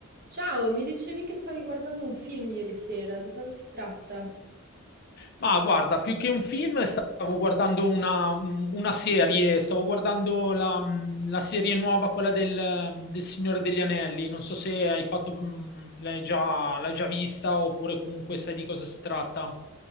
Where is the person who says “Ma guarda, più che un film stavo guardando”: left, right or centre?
Left